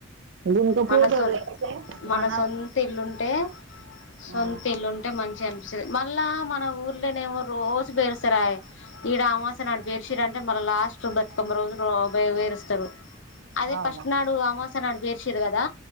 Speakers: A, on the right; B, on the left.
A: జుంక
B: మనసు
A: పూత వేస్తే
B: మనసొంత
A: మన
B: ఇల్లుంటే సొంత
A: ఆ
B: ఇల్లుంటే మంచిగా అనిపిస్తుంది మళ్ళా మన ఊర్లోనేమో రోజు పేరుస్తార ఏ ఈడు అమాసయ నాడు పేరుషీరు అంటే మళ్ళ లాస్ట్ బతుకొంమా రోజులు నో బయయి వేరుస్తారు అదే
A: అవును
B: ఫస్ట్ నాడు అమాస్య నాడు పేర్చిరు కదా